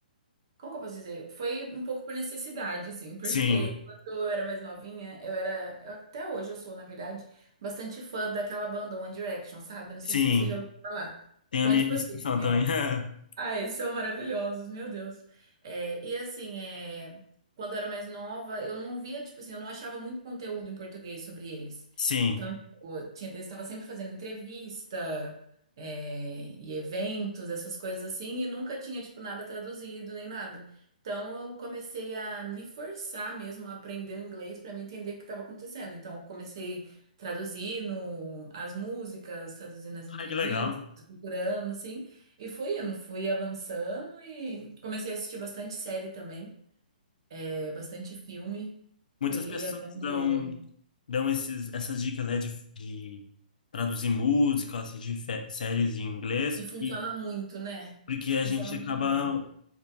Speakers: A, on the right (about 30°); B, on the left (about 60°).
A: Como que eu posso dizer? Foi um pouco por necessidade, assim, porque
B: Sim,
A: quando eu era mais novinha, eu era. eu- Até hoje eu sou, na verdade, bastante fã daquela banda One Direction, sabe? Não
B: sim.
A: sei se você já ouviu falar.
B: Tem
A: Então,
B: amigos
A: tipo assim,
B: que são
A: né?
B: também. <laughs>
A: Ah, eles são maravilhosos, meu Deus. É, e assim, é, quando eu era mais nova, eu não via, tipo assim, eu não achava muito conteúdo em português sobre eles.
B: Sim.
A: Então, tipo, tinha- eles estavam sempre fazendo entrevista, é, e eventos, essas coisas assim, e nunca tinha, tipo, nada traduzido nem nada. Então, eu comecei a me forçar mesmo a aprender o inglês para me entender o que estava acontecendo. Então, eu comecei traduzindo as músicas, traduzindo as entrevistas,
B: Ai, que legal.
A: procurando, assim. E fui indo, fui avançando e comecei a assistir bastante série também, é, bastante filme.
B: Muitas
A: Fui
B: pessoas
A: ia vendo.
B: dão, dão esses, essas dicas, né, de, de traduzir músicas de fe- séries em inglês,
A: E funciona
B: e,
A: muito, né?
B: porque a
A: Funciona
B: gente acaba
A: muito. mesmo